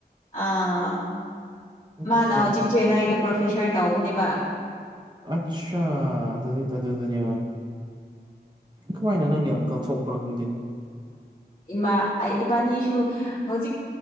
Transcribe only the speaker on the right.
ꯑꯣꯀꯦ
ꯑꯆꯥꯥ ꯑꯗꯨꯗꯤ ꯑꯗꯨ ꯑꯗꯨ ꯑꯗꯨꯅꯤ ꯀꯃꯥꯏꯅ ꯅꯪꯒꯦ ꯑꯪꯀꯜ ꯊꯣꯛꯄ꯭ꯔꯣ ꯈꯪꯗꯦ